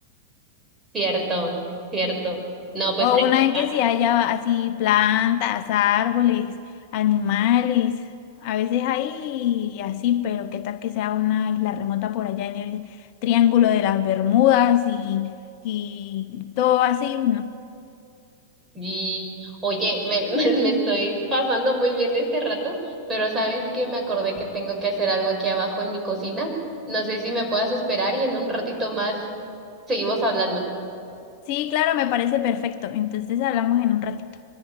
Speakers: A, on the right (about 15°); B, on the left (about 50°).
A: cierto, cierto. No, pues
B: o
A: aquí
B: una en
A: ya.
B: que sí haya así plantas, árboles, animales. A veces hay así, pero qué tal que sea una isla remota por allá en el Triángulo de las Bermudas y, y todo así, bueno.
A: Y, oye, me, <laughs> me, me estoy pasando muy bien este rato, pero ¿sabes qué? Me acordé que tengo que hacer algo aquí abajo en mi cocina. No sé si me puedas esperar y en un ratito más seguimos hablando.
B: Sí, claro, me parece perfecto. Entonces hablamos en un ratito.